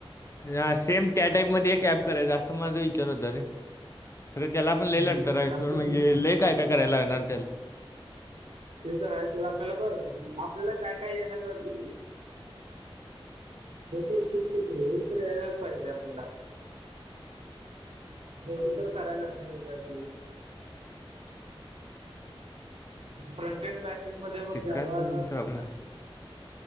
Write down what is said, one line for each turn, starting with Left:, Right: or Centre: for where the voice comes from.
Left: ह सेम त्या टाईप मध्ये एक ऍप करायचं असं माझ विचार होत रे खरं त्याला पण
Right: हं.
Left: लले लढतसवर
Right: चांगलं
Left: म्हणजे
Right: आहे की.
Left: ले काय काय करायला लागणार त्याला
Right: ते तर आहेयच आपल्याला ब आपल्याला काय काय येणं गरज हे तर फ हे तर यायलाच पाहिजे आपल्याला तेवढ तर करायला लागणार का आपल्याला फ्रंटर बॅक एंड मध्ये मग जावा
Left: काय करून द आपलं